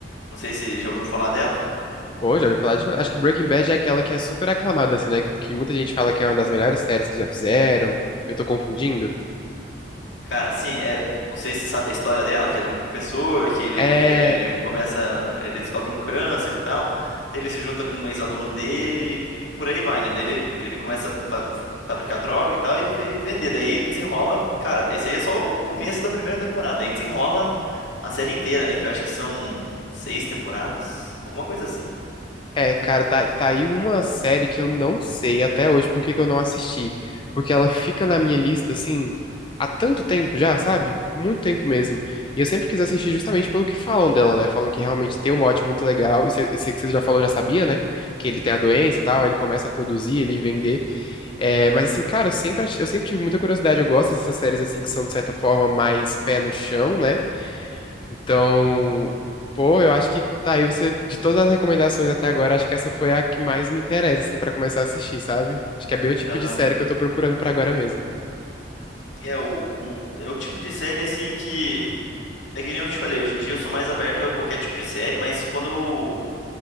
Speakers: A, on the left (about 85°); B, on the left (about 25°).
A: não sei se já ouviu falar dela.
B: Pô, já ouvi falar demais. Acho que Breaking Bad é aquela que é super aclamada, assim, né? Que muita gente fala que é uma das melhores séries que já fizeram. Eu tô confundindo?
A: Cara, assim, é, não sei se você sabe a história dela, que é de um professor, que ele,
B: É.
A: ele começa, ele descobre um câncer e tal, daí ele se junta com um ex-aluno dele e por aí vai, né? Daí ele, ele começa a fa- fabricar droga e tal e, ve- vender, daí desenrola, cara, esse aí é só o começo da primeira temporada, aí desenrola a série inteira, né? Que eu acho que são seis temporadas, alguma coisa assim.
B: É, cara, tá, tá aí uma série que eu não sei até hoje por que que eu não assisti. Porque ela fica na minha lista, assim, há tanto tempo já, sabe? Muito tempo mesmo. E eu sempre quis assistir justamente pelo que falam dela, né? Falam que realmente tem um mote muito legal. E sei sei que você já falou, já sabia, né? Que ele tem a doença e tal, aí ele começa a produzir, ele vender. É, mas assim, cara, eu sempre, ach- eu sempre tive muita curiosidade. Eu gosto dessas séries, assim, que são, de certa forma, mais pé no chão, né? Então, pô, eu acho que tá aí você, de todas as recomendações até agora, acho que essa foi a que mais me interessa, assim, pra começar a assistir, sabe? Acho que é bem o tipo
A: Aham.
B: de série que eu tô procurando pra agora mesmo.
A: É o, o, é o tipo de série, assim, que... É que nem eu te falei, hoje em dia eu sou mais aberto a qualquer tipo de série, mas quando